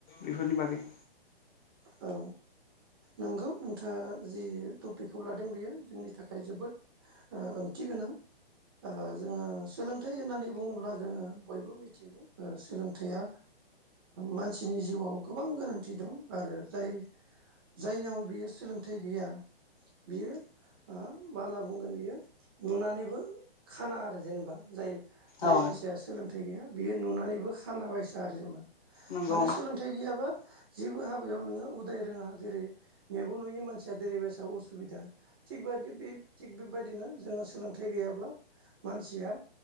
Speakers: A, on the left; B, on the right.
A: बेफोरनि बागै।
B: औ। नंगौ नोंथाङा जि टपिकखौ लादों बेयो जोंनि थाखाय जोबोद ओंथि गोनां। जोङो सोलोंथाइ होननानै बुङोब्ला जोङो बयबो मिथियो सोलोंथाइया मानसिनि जिउआव गोबां गोनांथि दं, आरो जाय जायनाव बियो सोलोंथाइ गैया बियो मा होनना बुंगोन बियो नुनानैबो खाना आरो जेनेबा जाय जाय
A: औ
B: मानसिया सोलोंथाइ गैया बियो नुनानैबो खानाबायसा आरो जेनेबा,
A: नंगौ।
B: मानो सोलों थाइ गैयाबा जेबो हाबायाव नोङो उदाय रोङा जेरै मेगन नुयि मानसिया जेरैबायसा असुबिदा थिग बदि बे थिग बेबायदिनो जोंहा सोलोंथाइ गैयाब्ला मानसिया